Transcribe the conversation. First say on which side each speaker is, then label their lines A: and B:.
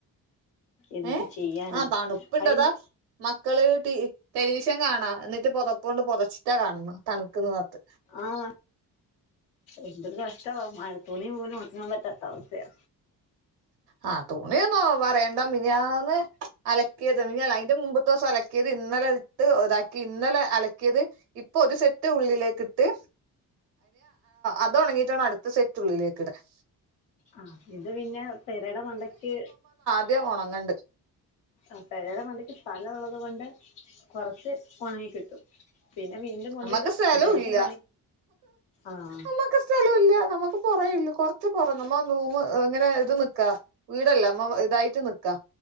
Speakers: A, on the left; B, on the right.
A: എന്ത്
B: ഏഹ്
A: ചെയ്യാനാ
B: ആഹ് തണുപ്പുണ്ടതാ
A: അതിന്
B: മക്കള് ടെലിവിഷൻ കാണാ എന്നിട്ട് പുതപ്പൊണ്ട് പുതച്ചിട്ടാ കാണണം തണുക്കുന്നുന്ന് പറഞ്ഞിട്ട്
A: ആഹ് എന്തൊരു കഷ്ട്ടാ മഴ തുണി പോലും ഉണങാൻ പറ്റാത്ത അവസ്ഥയാ
B: ആഹ് തുണിയൊന്നും പറയണ്ട മിനിഞ്ഞാന്ന് അലക്കിയത് അതിന്റെ മുമ്പത്തെ ദിവസം അലക്കിയത് ഇന്നലെ ഇട്ട് ഇതാക്കി ഇന്നലെ അലക്കിയത് ഇപ്പൊ ഒരു സെറ്റ് ഉള്ളിലേക്കിട്ട് അത് ഉണങ്ങിയിട്ട് വേണം അടുത്ത സെറ്റുള്ളിലേക്ക് ഇടാൻ
A: ആഹ് ഇത് പിന്നെ പെരയുടെ മണ്ടയ്ക്ക്
B: ന്റെ കണങ്ങണ്ട്
A: ആ പേരെടെ മണ്ടക്ക് സ്ഥലമുള്ളത് കൊണ്ട് കുറച്ച് ഉണങ്ങി കിട്ടും പിന്നെ വീണ്ടും കൊണ്ടിടും
B: അമ്മക്ക് സ്ഥലും
A: ഇത് തന്നെ
B: ഇല്ല
A: പണി ആഹ്
B: മ്മക്ക് സ്ഥലമില്ല നമുക്ക് പുറയില്ല കുറച്ച് പുറേ നമ്മുക്ക് നൂമ്ങ്ങനെ ഇത് നിക്കാ വീടല്ല അതെ ഇതായിട്ട് നിക്കാ